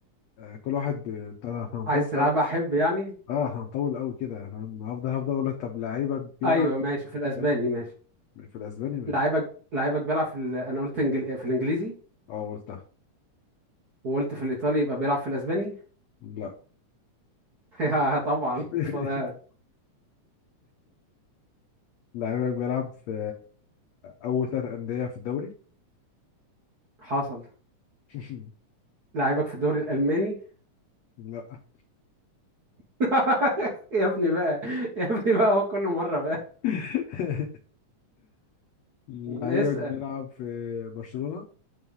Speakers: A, on the left; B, on the right.
A: آه، كل واحد ب- بتاع ده، احنا هنطول
B: عايز تلعبها
A: أوي.
B: أحب يعني
A: اه احنا هنطول قوي كده يعني، فاهم هفضل هفضل اقول لك طب لعيبك بيلعب
B: أيوه ماشي في الأسباني
A: فاهم
B: ماشي
A: في الاسباني ماشي
B: لعيبك لعيبك بيلعب في ال... أنا قلت إنجل... في الإنجليزي
A: اه قلتها
B: وقلت في الإيطالي يبقى بيلعب في الأسباني
A: لا
B: <laughs> يا طبعا
A: <laughs>
B: اتفضل.
A: لعيبك بيلعب في اول ثلاث انديه في الدوري
B: حصل
A: <laughs>
B: لعيبك في الدوري الألماني
A: لا
B: <laughs> يا ابني بقى يا ابني بقى هو كل مرة بقى
A: <laughs> لعيبك
B: اسأل
A: بيلعب في برشلونه